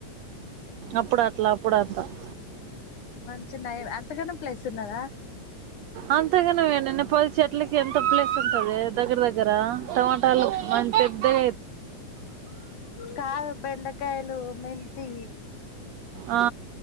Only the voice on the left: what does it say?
మంచి నయమే ఆ అంత గణం ప్లేస్ ఉన్నాదా
కాదు బెండకాయలు మెంతి